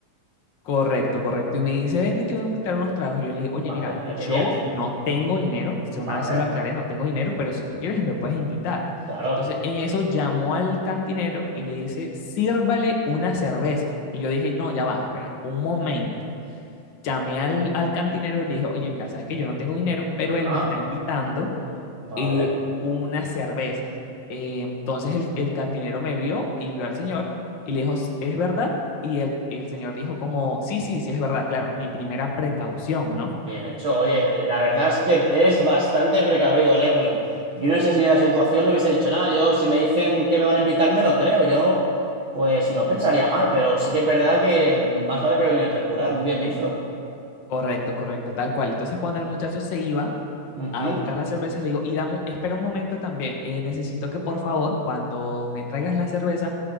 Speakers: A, on the left (about 75°); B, on the right (about 60°).
A: Correcto, correcto. Y me dice, ven que te voy a invitar unos tragos. Y yo le digo, oye,
B: Vale,
A: mira,
B: mira,
A: yo
B: qué bien.
A: no tengo dinero. O sea,
B: Vale,
A: una vez se lo aclaré, no tengo dinero, pero si tú quieres me puedes invitar.
B: claro.
A: Entonces, en eso llamó al cantinero y le dice, sírvale una cerveza. Y yo dije, no, ya va, espera, un momento. Llamé al, al cantinero y le dije, oye, mira, sabes que yo no tengo dinero, pero
B: Ajá,
A: él me está invitando
B: vale.
A: eh, unas cervezas. Eh, entonces el, el cantinero me vio y vio al señor y le dijo, ¿es verdad? Y el, el señor dijo como, sí, sí, sí, es verdad, claro, mi primera precaución, ¿no?
B: Bien hecho, oye, la verdad es que es bastante precavido, Lewin. Yo no sé si en esa situación le hubiese dicho nada. Yo, si me dicen que me van a invitar, me lo creo. Yo, pues no pensaría mal, pero sí que es verdad que más vale prevenir que curar. Muy bien visto.
A: Correcto, correcto, tal cual. Entonces cuando el muchacho se iba
B: Ujú.
A: a buscar las cervezas, le digo, y dame, un- espera un momento también, eh, necesito que por favor, cuando me traigas la cerveza,